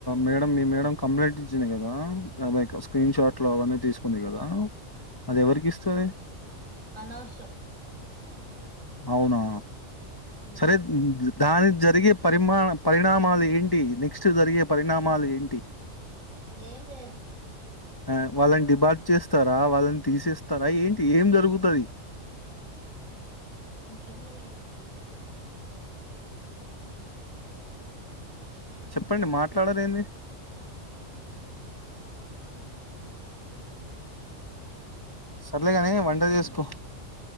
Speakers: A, on the left; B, on the right.
A: మేడం మీ మేడం కంప్లైంట్ ఇచ్చింది కదా <unintelligible> స్క్రీన్ షాట్లు అవన్నీ తీసుకుంది కదా అది ఎవరికి ఇస్తాది
B: అనౌసు
A: అవునా
B: ఉమ్,
A: సరే <unintelligible> దానికి జరిగే పరిమా పరిణామాలు ఏంటి నెక్స్ట్ జరిగే పరిణామాలు ఏంటి
B: ఏం లేదు
A: అ వాళని డిబా చేస్తారా వాళ్ళని తీసేస్తారా ఏంటి ఏం జరుగుతది
B: ఇంకెన్ని మి <unintelligible>
A: చెప్పండి మాట్లాడరేంది సర్లేగాని వంట చేసుకో